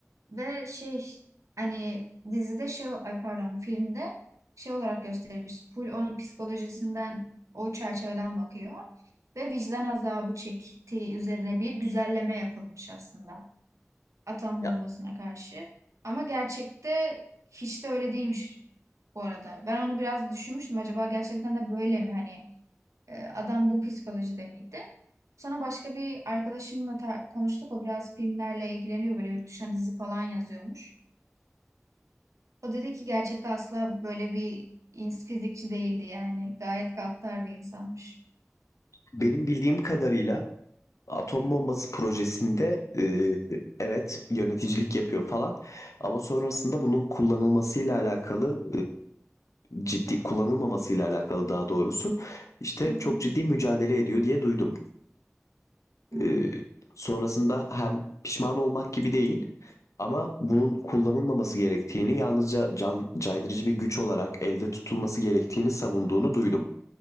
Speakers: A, on the right; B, on the left.
A: ve şey hani dizide şey ay pardon filmde şey olarak gösterilmiş. Full onun psikolojisinden o çerçeveden bakıyor. Ve vicdan azabı çektiği üzerine bir güzelleme yapılmış aslında. Atom
B: Ya
A: bombasına karşı. Ama gerçekte hiç de öyle değilmiş bu arada. Ben onu biraz düşünmüştüm. Acaba gerçekten de böyle mi? Hani e, adam bu psikolojide miydi? Sonra başka bir arkadaşımla ta- konuştuk. O biraz filmlerle ilgileniyor. Böyle yurt dışına dizi falan yazıyormuş. O dedi ki gerçekten asla böyle bir ins- fizikçi değildi yani. Gayet gaddar bir insanmış.
B: benim bildiğim kadarıyla Atom bombası projesinde e, evet yöneticilik yapıyor falan ama sonrasında bunun kullanılmasıyla alakalı e, ciddi kullanılmamasıyla alakalı daha doğrusu işte
A: Hı hı.
B: çok ciddi mücadele ediyor diye duydum.
A: Hmm.
B: E, sonrasında hem pişman olmak gibi değil ama bunun kullanılmaması gerektiğini yalnızca can caydırıcı bir güç olarak elde tutulması gerektiğini savunduğunu duydum.